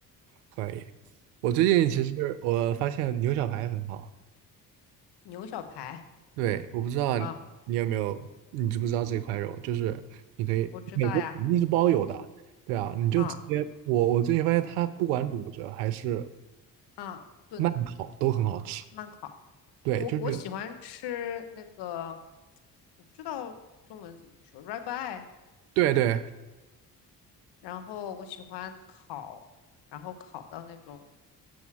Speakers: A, on the right (about 75°); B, on the left (about 60°).
A: 可以。我最近其实我发现牛小排很好，
B: 嗯，牛小排
A: 对，我不知道你有没有，
B: 啊，
A: 你知不知道这块肉？就是你可以，
B: 我知道呀，
A: 美国肯定是包邮的，对啊，你就直接，
B: 啊
A: 我我最近发现它不管卤着还是
B: 啊，炖呢，
A: 慢烤都很好吃，
B: 慢烤。
A: 对，
B: 我我喜欢吃那个，
A: 就是
B: 我不知道中文怎么说 r i b e eye。
A: 对对，
B: 然后我喜欢烤，然后烤到那种